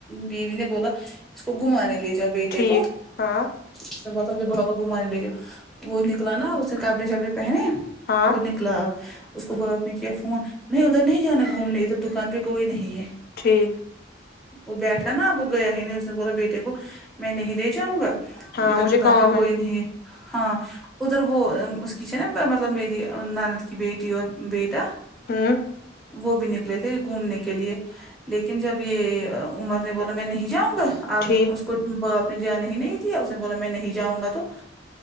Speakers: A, in the centre; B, on the left.
A: بیوی نے بولا اس کو گھومانے لے جا بیٹے
B: ٹھیک
A: کو
B: ہاں
A: اسنے بولا بابا گھومانے لے جاؤ وہ نکلا نا اسے کپڑے شپڑے پہنے
B: ہاں
A: وہ نکلا اب اس کو باپ نے کیا فون نہیں ادھر نہیں جانا گھومنے ادھر دکان پہ کوئی نہیں ہے
B: ٹھیک
A: وہ بیٹھا نا وہ گیا ہی نہیں اس نے بولا بیٹے کو میں نہیں لے جاؤں گا
B: ہاں
A: اد
B: مجھے
A: دکان
B: کام
A: پہ کوئی نہیں ہے ہاں ادھر وہ اس کی نا مطلب میری ناند کی بیٹی اور بی ٹا
B: ہوں
A: وہ بھی نکلے تھے گھومنے کے لیے لیکن جب یہ عمر نے بولا میں نہیں جاؤں گا اب
B: ٹھیک
A: اس کو باپ نے جانے ہی نہیں دیا اس نے بولا میں نہیں جاؤں گا تو